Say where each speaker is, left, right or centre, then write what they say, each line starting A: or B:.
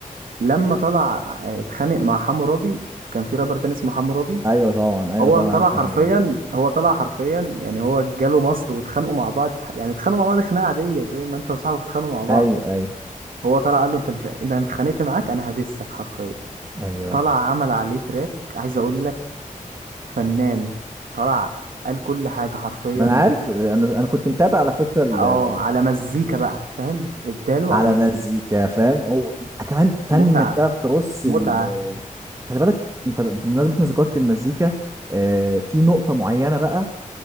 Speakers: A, on the right (about 85°); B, on the right (about 20°).
A: لما طلع آه، اتخانق مع حمورابي كان في رابر تاني اسمه حمورابي
B: ايوه طبعا ايوه
A: هو
B: طبعا
A: طلع
B: عارف
A: حرفيا
B: محمد علي
A: هو طلع حرفيا يعني هو جاله مصر واتخانقوا مع بعض في ح- يعني اتخانقوا مع بعض خناقه عاديه زي ما انت وصاحبك اتخانقوا مع بعض
B: ايوه ايوه
A: هو طلع قال له انت مش انت انا اتخانقت معاك انا هدسك حرفيا
B: ايوه
A: طلع عمل عليه تراك عايز اقول لك فنان طلع قال كل حاجه حرفيا
B: ما انا عارف انا انا كنت متابع على فكره ال-
A: اه على مزيكا بقى فاهم اداله
B: على
A: على مزيكا
B: مزيكا فاهم هو كمان فن
A: متعه
B: انك تعرف ترص
A: متعه
B: ال- خلي بالك انت بمناسبه ان ذكرت المزيكا آه، في نقطه معينه بقى